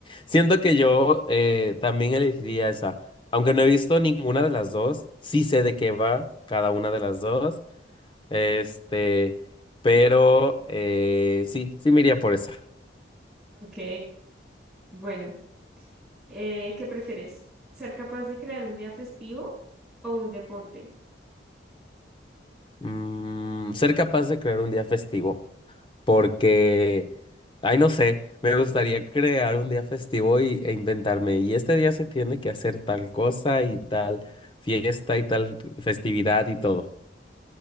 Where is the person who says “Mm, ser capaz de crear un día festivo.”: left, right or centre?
Left